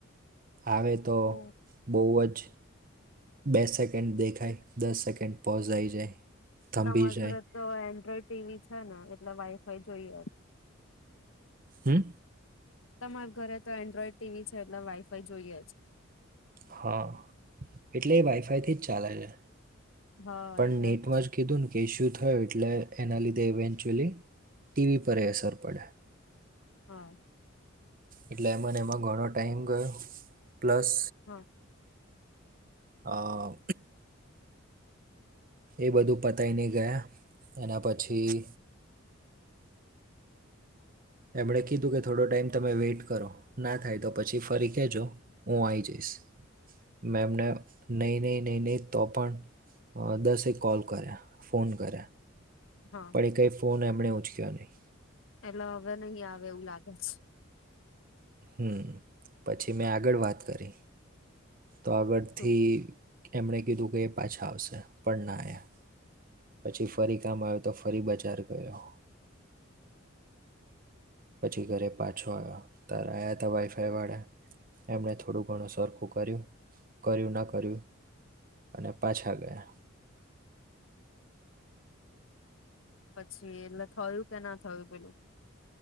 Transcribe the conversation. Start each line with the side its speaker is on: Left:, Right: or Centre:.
Right: આવે તો
Left: ઓ
Right: બહુ જ બે સેકન્ડ દેખાય દસ સેકન્ડ પોઝઇ જાય. થંભી
Left: તમાર
Right: જાય
Left: ઘર તો ટીવી છે ને એટલે વાઈફાઈ જોઈએ.
Right: હું
Left: તમારા ઘરે તો એન્ડ્રોઈડ ટીવી છે એટલે વાઈફાઈ જોઈએ જ
Right: હા એટલે એ વાઈફાઈ થી જ ચાલે છે
Left: હા
Right: પણ
Left: એટલે
Right: નેટમાં
Left: જ
Right: કીધું ને કે ઈશ્યુ થયો એટલે એના લીધે ઇવેન્ચ્યુઅલી ટીવી પર એ અસર પડે
Left: હા
Right: એટલે એ મને એમાં ઘણો ટાઈમ ગયો પ્લસ
Left: હા
Right: અ એ બધું પતાય નહ ગયા એના પછી એમણે કીધું કે થોડો ટાઈમ તમે વેઇટ કરો ના થાય તો પછી ફરી કહેજો હું આવી જઈશ મે એમને નહી નહીં નહીં નહીં તો પણ દસે કોલ કર્યા ફોન ક
Left: હા
Right: પડી કઈ ફોન પણે ઉચક્યા નહી.
Left: એટ હવે નહ આવે એવું લાગે છે.
Right: હમ્મ પછી મેં આગળ વાત કરી. તો આગળથી
Left: શું
Right: એમણે કીધું કે એ પાછા આવશે પણ ના એ પછી ફરી કામ આવ્યું તો ફરી બજાર ગયો. પછી ઘરે પાછો આવ્યો, તાર આવ્યા ત વાઈફાઈ વાળા એમણે થોડું ઘણું સરખું કર્યું કર્યું ના કર્યું, અને પાછા ગયા.
Left: પછી એટલે થયું કે ના થયું પેલું